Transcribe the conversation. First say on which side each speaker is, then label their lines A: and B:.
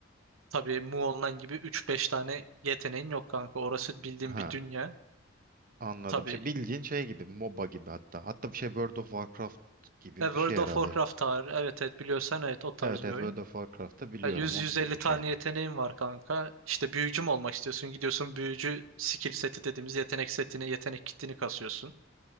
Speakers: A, on the right; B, on the right.
A: Tabii Mu Online gibi üç beş tane yeteneğin yok kanka. Orası bildiğin
B: Ha
A: bir dünya.
B: anladım.
A: Tabii.
B: Şey bildiğin şey gibi MOBA gibi hatta. Hatta bir şey World of Warcraft gibi
A: Ya
B: bir
A: World
B: şey herhalde.
A: of Warcraft tarih. Evet evet biliyorsan evet o tarz
B: Evet evet
A: bir oyun.
B: World of Warcraft'ı biliyorum
A: Ya 100-150
B: onun gibi bir
A: tane
B: şey yani.
A: yeteneğin var kanka. İşte büyücü mü olmak istiyorsun? Gidiyorsun büyücü skill seti dediğimiz yetenek setini, yetenek kitini kasıyorsun.